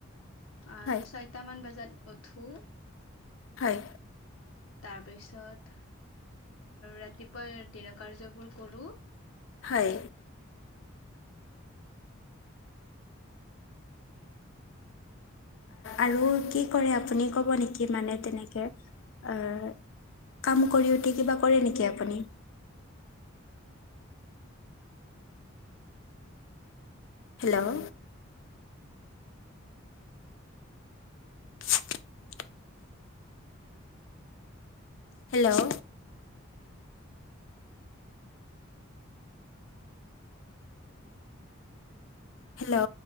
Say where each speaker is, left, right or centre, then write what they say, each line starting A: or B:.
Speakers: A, on the left; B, on the left.
A: আ
B: হয়
A: ছৈটা মান বজাত উঠো
B: হয়,
A: তাৰপিছত ৰাতিপুৱা দিনৰ কাৰ্য্যবোৰ কৰোঁ।
B: হয়, আৰু কি কৰে আপুনি ক'ব নেকি মানে তেনেকে আ কাম কৰি উঠি কিবা কৰে নেকি আপুনি? Hello <inaudible> hello hello